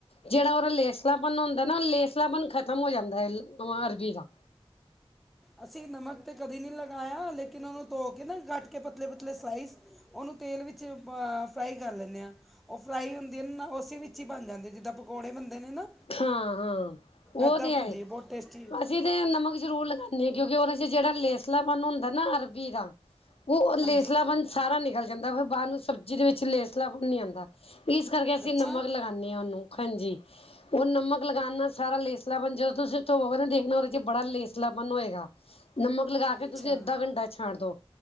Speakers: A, on the left; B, in the centre.
A: ਜਿਹੜਾ ਉਹਦਾ ਲੇਸਲਾਪਨ ਹੁੰਦਾ ਨਾ ਲੇਸਲਾਪਨ ਖਤਮ ਹੋ ਜਾਂਦਾ ਓ ਅਰਬੀ ਦਾ
B: ਅਸੀਂ ਨਮਕ ਤੇ ਕਦੀ ਨਹੀਂ ਲਗਾਇਆ ਲੇਕਿਨ ਉਹਨੂੰ ਧੋ ਕੇ ਨਾ ਕੱਟ ਕੇ ਪਤਲੇ -ਪਤਲੇ ਸਲਾਈਸ ਉਹਨੂੰ ਤੇਲ ਵਿੱਚ ਅਅ ਫਰਾਈ ਕਰ ਲੈਂਨੇ ਆ। ਓਹ ਫਰਾਈ ਹੁੰਦੀ ਏ ਨੇ ਨਾ ਉਸੇ ਵਿੱਚ ਹੀ ਬਣ ਜਾਂਦੀ ਜਿੱਦਾਂ ਪਕੌੜੇ ਬਣਦੇ ਨੇ ਨਾ
A: ਹਾਂ -ਹਾਂ ਉਹ
B: ਐਦਾਂ
A: ਨੀ
B: ਬਣਦੀ
A: ਆਏ
B: ਹੈ ਬਹੁਤ ਟੇਸਟੀ
A: ਜੀ- ਜੀ ਨਮਕ ਜ਼ਰੂਰ ਲਗਾਦੇ ਆ ਕਿਉਂਕਿ ਉਹਦੇ 'ਚ ਜਿਹੜਾ ਲੇਸਲਾਪਨ ਹੁੰਦਾ ਨਾ ਅਰਬੀ ਦਾ ਓਹ ਲੇਸਲਾਪਨ
B: ਹਾਂਜੀ
A: ਸਾਰਾ ਨਿਕਲ ਜਾਂਦਾ ਫਿਰ ਬਾਦ ਨੂੰ ਸਬਜੀ ਦੇ ਵਿੱਚ ਲੇਸਲਾਪਨ ਨੀ ਆਂਦਾ। ਇਸ ਕਰਕੇ ਅਸੀਂ
B: ਅੱਛਾ
A: ਨਮਕ ਲਗਾਨੇ ਆਂ ਓਹਨੂੰ। ਹਾਂਜੀ, ਓਹ ਨਮਕ ਲਗਾਨ ਨਾਲ ਸਾਰਾ ਲੇਸ ਲਾਪਨ ਜਦੋਂ ਤੁਸੀਂ ਓਹ ਧੋਵੋਗੇ ਨਾ ਦੇਖਣਾ ਓਹਦੇ ਚ ਬੜਾ ਲੇਸਲਾਪਨ ਹੋਏਗਾ। ਨਮਕ ਲਗਾ ਕੇ
B: ਅੱਛਾ
A: ਤੁਸੀਂ ਅੱਦਾ ਘੰਟਾ ਛੱਡ ਦੋ।